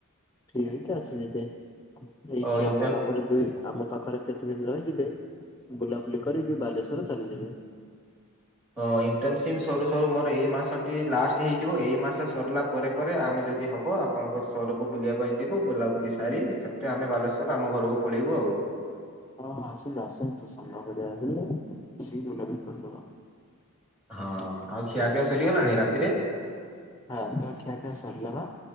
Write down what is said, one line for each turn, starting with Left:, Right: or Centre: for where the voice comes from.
Left: ଫି ହେଇକି ଆସିଯିବେ। ଏଇଠି
Centre: ଅ ଇଣ୍ଟନ୍
Left: ଆମ ପାଖରେ ଦୁଇ ଆମ ପାଖରେ କେତେ ଦିନ ରହିଯିବେ। ବୁଲାବୁଲି କରିକି ବାଲେଶ୍ଵର ଚାଲିଯିବେ।
Centre: ହଁ ଇଣ୍ଟରନସିପ ସରୁ ସରୁ ମୋର ଏଇ ମାସଟି ଲାଷ୍ଟ ହେଇଯିବ ଏଇ ମାସ ସରିଲା ପରେ ପରେ ଆମେ ଯଦି ହବ ଆପ ଆପଣଙ୍କ ସହରକୁ ବୁଲିବା ପାଇଁ ଯିବୁ ବୁଲାବୁଲି ସାରି ସେଥିରେ ଆମେ ବାଲେଶ୍ଵର ଆମ ଘରକୁ ପଳେଇବୁ ଆଉ।
Left: ହଁ ଆସନ୍ତୁ ଆସନ୍ତୁ <inaudible> ଭଳିଆ ଆସିଲେ ସି ବୁଲାବୁଲି କରିଦବା।
Centre: ହଁ ଆଉ ଖିଆ ପିଆ ସରିଗଲାଣି
Left: ହଁ
Centre: ରାତିରେ?
Left: ରାତିର ଖିଆ ପିଆ ସରିଲା ବା